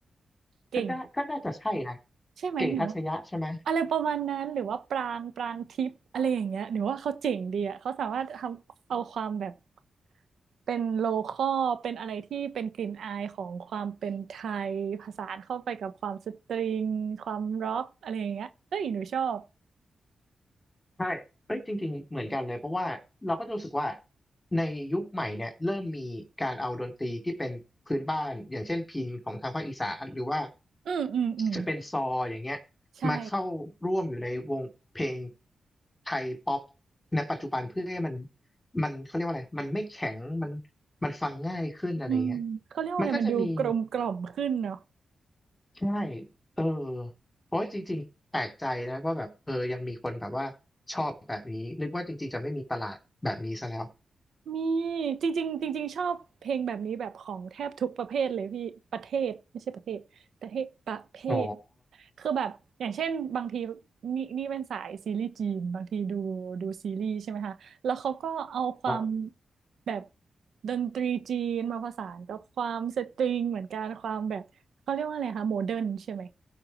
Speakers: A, on the right; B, on the left.
A: เก่ง
B: ก็ได้ก็น่าจะใช่นะ
A: ใช่ไหมหนู
B: เก่งทัชยะใช่ไหม
A: อะไรประมาณนั้นหรือว่าปรางปรางทิพย์อะไรอย่างเงี้ยหรือว่าเขาเจ๋งดีอ่ะเขาสามารถทำเอาความแบบเป็นโลคอลเป็นอะไรที่เป็นกลิ่นอายของความเป็นไทยผสานเข้าไปกับความสตริงความร็อกอะไรอย่างเงี้ยเอ้ยหนูชอบ
B: ใช่เอ้ยจริงๆเหมือนกันเลยเพราะว่าเราก็จะรู้สึกว่าในยุคใหม่เนี่ยเริ่มมีการเอาดนตรีที่เป็นพื้นบ้านอย่างเช่นพิณของทางภาคอีสานหรือว่า
A: อืมอืมอืม
B: จะเป็นซออย่างเงี้ย
A: ใช่
B: มาเข้าร่วมอยู่ในวงเพลงไทยป๊อปในปัจจุบันเพื่อให้มันมันเขาเรียกว่าอะไรมันไม่แข็งมันมันฟังง่ายขึ้นอะไรเงี้ย
A: อืมเขาเรียกว่าอะไรมันดูกลมกล่อมขึ้นเนาะ
B: มันก็จะมี ใช่เออเพราะจริงๆแปลกใจนะว่าแบบเออยังมีคนแบบว่าชอบแบบนี้นึกว่าจริงๆจะไม่มีตลาดแบบนี้ซะแล้ว
A: มีจริงๆจริงๆชอบเพลงแบบนี้แบบของแทบทุกประเภทเลยพี่ประเทศไม่ใช่ประเภทประเทศประเภท
B: อ๋อ
A: คือแบบอย่างเช่นบางทีนี่นี่เป็นสายซีรีส์จีนบางทีดูดูซีรีส์ใช่ไหมคะแล้วเขาก็เอาความ
B: ครับ
A: แบบดนตรีจีนมาผสานกับความสตริงเหมือนกันความแบบเขาเรียกว่าอะไรคะโมเดิร์นใช่ไหม